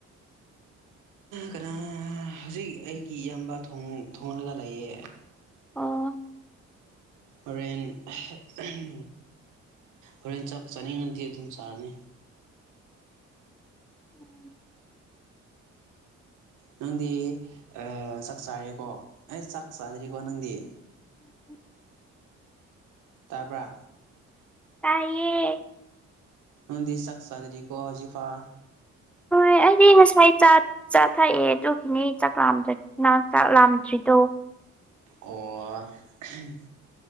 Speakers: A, on the right; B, in the centre.
A: ꯀꯅꯥꯅꯔ ꯍꯧꯖꯤꯛ ꯑꯩꯒꯤ ꯏꯌꯥꯝꯕ ꯊꯣꯡꯂꯒ ꯂꯩꯌꯦ
B: ꯑꯣ
A: ꯍꯣꯔꯦꯟ ꯑꯍꯝ ꯑꯍꯝ ꯍꯣꯔꯦꯟ ꯆꯥꯛ ꯆꯥꯅꯤꯡꯉꯥꯗꯤ ꯑꯗꯨꯝ ꯆꯥꯔꯅꯤ
B: <inaudible> <inaudible>
A: ꯅꯪꯗꯤ ꯑ ꯆꯥꯛ ꯆꯥꯔꯦꯀꯣ ꯑꯩ ꯆꯥꯛ ꯆꯥꯗ꯭ꯔꯤꯀꯣ ꯅꯪꯗꯤ
B: <inaudible>
A: ꯇꯥꯕ꯭ꯔꯥ
B: ꯇꯥꯏꯌꯦ
A: ꯅꯪꯗꯤ ꯆꯥꯛ ꯆꯥꯗꯔꯤꯀꯣ ꯍꯧꯖꯤꯛꯐꯥꯎ
B: ꯍꯣꯏ ꯑꯩꯗꯤ ꯉꯁꯥꯏ ꯆꯥ ꯆꯥ ꯊꯛꯑꯦ ꯑꯗꯨꯒꯤꯅꯦ ꯆꯥꯛ ꯅ ꯆꯥꯛ ꯂꯥꯝꯗ꯭ꯔꯤꯗꯣ
A: ꯑꯣ ꯑꯍꯝ